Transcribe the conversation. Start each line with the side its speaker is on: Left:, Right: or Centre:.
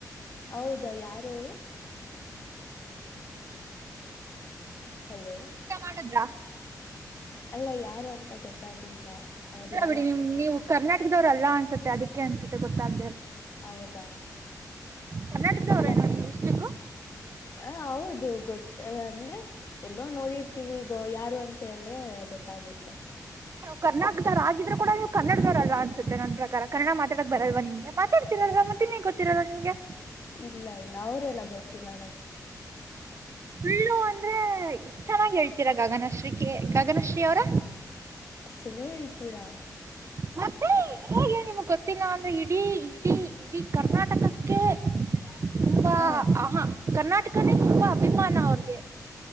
Left: ಹೌದಾ ಯಾರ ಅವರು ಹಲೋ
Right: ಊಟ ಮಾಡುದ್ರಾ
Left: ಅಲ್ಲ ಯಾರು ಅಂತ ಗೊತ್ತಾಗ್ಲಿಲ್ಲ ಅವ್ರ
Right: ಇದ್ರ
Left: ಯಾರಂತೆ
Right: ಬಿಡಿ ನಿಮ ನೀವು ಕರ್ನಾಟಕ ದವ್ರಲ್ಲ ಅನ್ಸುತ್ತೆ ಅದಕ್ಕೆ ಅನ್ಸುತ್ತೆ ಗೊತ್ತಾಗ
Left: ಹೌದಾ
Right: ಕರ್ನಾಟಕದವರೇನಾ
Left: ಇಲ್ಲ
Right: ನೀವು ಇಷ್ಟಕ್ಕೂ
Left: ಹ ಹೌದು ಗೊತು ಅಂದ್ರೆ ಎಲ್ಲೋ ನೋಡಿರ್ತೀವಿ ಈಗ ಯಾರು ಅಂತ ಹೇಳ್ರೆ ಗೊತ್ತಾಗುತ್ತೆ
Right: ಕರ್ಟಕದವರಾಗಿದ್ರರು ಕೂಡ ನೀವು ಕನ್ನಡದವರಲ್ಲ ಅನ್ಸುತ್ತೆ ನನ್ನ ಪ್ರಕಾರ ಕನ್ನಡ ಮಾತಾಡಕ್ ಬರಲ್ವ ನಿಮ್ಗೆ ಮಾತಾಡ್ತಿರಲ್ವ ಮತ್ತ ಇನ್ ಹೆಂಗ್ ಗೊ ತ್ತಿರಲ್ಲ ನಿಮ್ಗೆ
Left: ಇಲ್ಲ ಇಲ್ಲ ಅವರೆೆಲ್ಲ ಗೊತ್ತಿಲ್ಲ
Right: ಸುಳ್ಳು ಅಂದ್ರೆ ಇಷ್ಟ ಚೆನ್ನಾಗಿ ಹೇಳ್ತೀರಾ ಗಗನಶ್ರೀ ಕ ಗಗನಶ್ರೀ ಅವರ
Left: ಸುಳ್ಳು ಹೇಳ್ತೀರಾ
Right: ಮತ್ತೆ ಹೇಗೆ ನಿಮ್ ಗೊತ್ತಿಲ್ಲ ಅಂದ್ರೆ ಇಡೀ ಇಡೀ ಇಡೀ ಕರ್ನಾಟಕಕ್ಕೆ ತುಂಬಾ
Left: ಹ
Right: ಆಹಾ ಕರ್ನಾಟಕ ಯಕಂದೆ ತುಂಬಾ ಅಭಿಮಾನ ಅವ್ರಿಗೆ